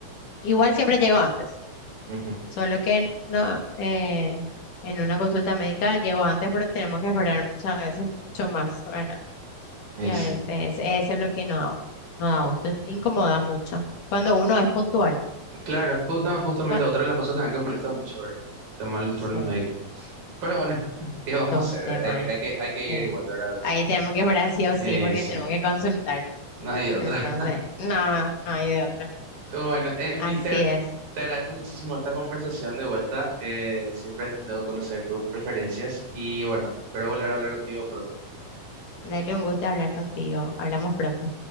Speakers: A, on the left; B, on the right.
A: Igual siempre llego antes.
B: ujú.
A: Solo que no, eh, en una consulta médica llego antes, pero tenemos que esperar muchas veces mucho más, ¿verdad?
B: Y
A: Y a
B: sí.
A: veces eso es lo que no, no da gusto, incomoda mucho. Cuando uno es puntual.
B: Claro, jus- no, justamente
A: Cua-
B: otra de las cosas también que molesta mucho, ¿verdad? El tema de los
A: sí,
B: turnos médicos. Pero bueno, <laughs> ¿qué vamos
A: todo
B: a hacer?
A: un tema.
B: Hay que, hay
A: eh,
B: que, hay que ir
A: Sí.
B: igual, ¿verdad? A veces.
A: Ahí tenemos que esperar sí o
B: Eh,
A: sí porque
B: sí,
A: tenemos que consultar.
B: no hay de otra.
A: Entonces, no, no hay de otra.
B: Bueno, en
A: Así
B: fin, te, agra-
A: es.
B: te agradezco muchísimo esta conversación de vuelta. Eh, siempre es lindo conocer tus preferencias y bueno, espero volver a hablar contigo pronto.
A: Dale un gusto hablar contigo. Hablamos pronto.